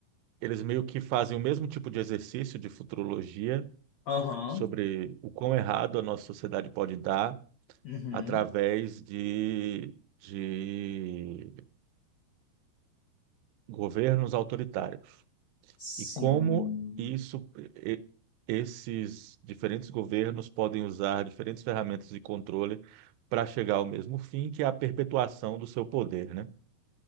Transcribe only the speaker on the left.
aham,
uhum,
sim.